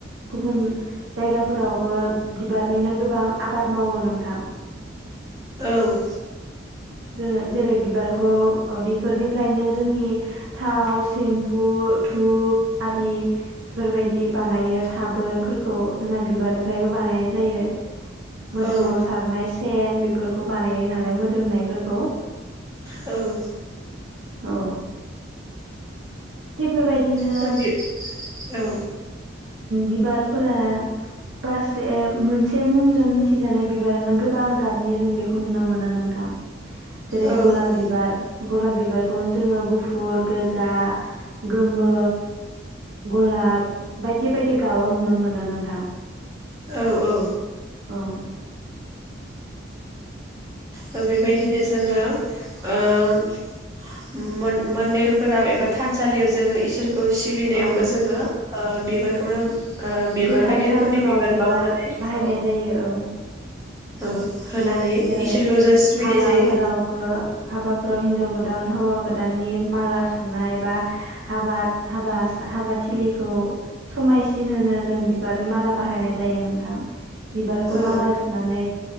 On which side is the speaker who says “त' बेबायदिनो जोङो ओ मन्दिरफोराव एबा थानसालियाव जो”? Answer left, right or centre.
Right